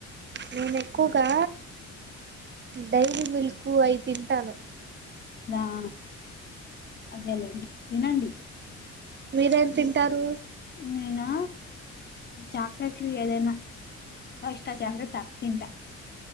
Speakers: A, on the right (about 35°); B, on the left (about 35°).
A: నేను ఎక్కువ్గా డైరీ మిల్క్ అయి తింటాను
B: ఆ అదేలేండి వినాండి
A: మీరేం తింటారు
B: నేనా చాక్లెట్లు ఏదైనా ఫైవ్స్టార్ చాక్లెట్ తింటా